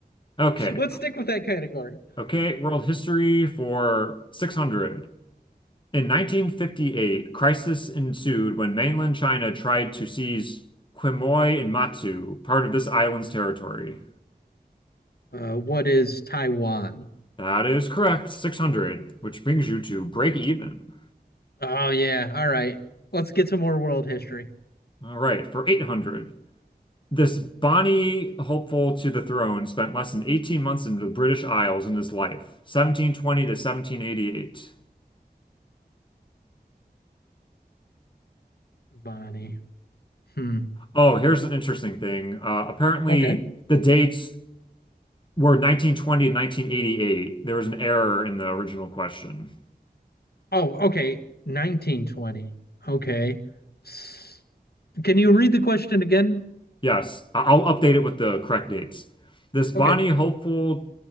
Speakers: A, on the left (about 30°); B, on the left (about 70°).
A: Okay.
B: Let's stick with that category.
A: Okay, world history for 600. In 1958, crisis ensued when mainland China tried to seize Quemoy and Matsu, part of this island's territory.
B: Uh, what is Taiwan?
A: That is correct, 600, which brings you to break even.
B: Oh yeah. All right. Let's get some more world history.
A: All right, for 800. This Bonnie, hopeful to the throne, spent less than 18 months in the British Isles in his life, 1720 to 1788.
B: Bonnie. Hmm.
A: Oh, here's an interesting thing. Uh, apparently,
B: Okay.
A: the dates were 1920 to 1988. There was an error in the original question.
B: Oh, okay. 1920. Okay. S- Can you read the question again?
A: Yes, I- I'll update it with the correct dates. This Bonnie,
B: Okay.
A: hopeful